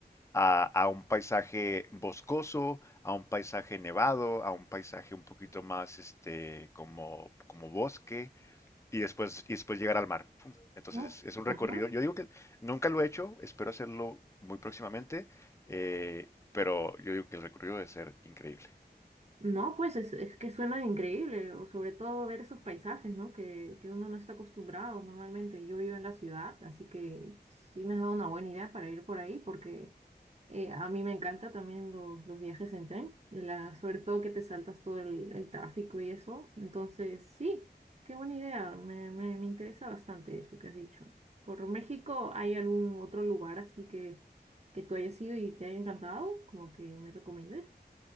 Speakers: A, on the left (about 15°); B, on the right (about 40°).
A: a, a un paisaje boscoso, a un paisaje nevado, a un paisaje un poquito más este, como, como bosque y después, y después llegar al mar. Pum. Entonces
B: ¿No?
A: es, es un
B: Ajá.
A: recorrido. Yo digo que nunca lo he hecho, espero hacerlo muy próximamente, eh, pero yo digo que el recorrido debe ser increíble.
B: No, pues es, es que suena increíble, o sobre todo ver esos paisajes, ¿no? Que, que uno no está acostumbrado normalmente. Yo vivo en la ciudad, así que sí me has dado una buena idea para ir por ahí, porque eh, a mí me encanta también los, los viajes en tren, la, sobre todo que te saltas todo el, el tráfico y eso. Entonces, sí, qué buena idea, me, me, me interesa bastante eso que has dicho. ¿Por México hay algún otro lugar así que, que tú hayas ido y te haya encantado? Como que me recomiendes.